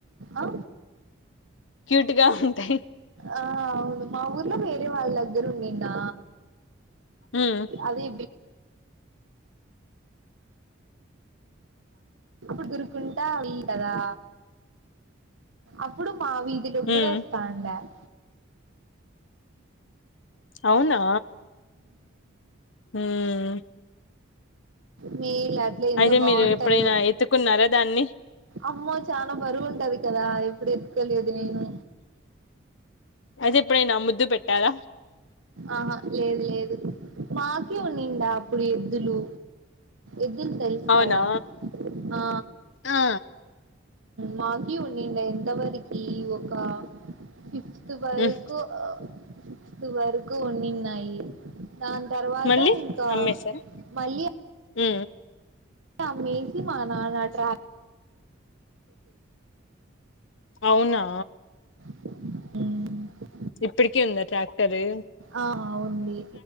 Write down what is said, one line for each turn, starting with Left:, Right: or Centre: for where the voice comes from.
Right: ఆ
Left: క్యూట్ గా ఉంటాయి
Right: ఆ అవును మా ఊర్లో వేరే వాళ్ళ దగ్గర ఉండిండా
Left: మ్మ్
Right: అదే ఇప్పుడు దరుకుంటా అవి కదా అప్పుడు మా వీధిలో
Left: మ్మ్
Right: కూడా వస్తాంటాయ్
Left: అవునా ఉమ్మ్
Right: మీలు అట్లు ఎంత
Left: అయితే
Right: బాగుంటాయో
Left: మీరు ఎప్పుడైనా ఎత్తుకున్నారా దాన్ని
Right: అమ్మో చాలా బరువుంటది కదా ఎప్పుడు ఎతుకోలేదు నేను
Left: అది ఎప్పుడైనా ముద్దు పెట్టారా
Right: ఆహా లేదు లేదు మాకి ఉండిండా అప్పుడు ఎద్దులు ఎద్దులు తెలుసు
Left: అవునా
Right: కదా ఆ
Left: ఆ
Right: మాకీ ఉండి ఎంతవరకి ఒక ఫిఫ్ ఫిఫ్టీయ్ వరకుస్తు
Left: మ్
Right: ఫిఫ్టీయ్ వరకు వంన్నిడిన్నాయి దాని తర్వాత
Left: మళ్ళీ
Right: ఇంకా
Left: అమ్మేశారా
Right: మళ్ళీ
Left: మ్
Right: ఆ అమ్మేసి మా నాన్న ట్రాక్
Left: అవునా
Right: మ్
Left: ఇప్పటికి ఉందా ట్రాక్టరు
Right: ఆ ఉంది